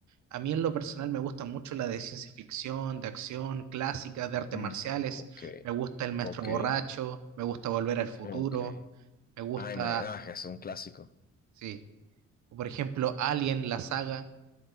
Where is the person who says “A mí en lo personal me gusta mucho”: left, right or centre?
Right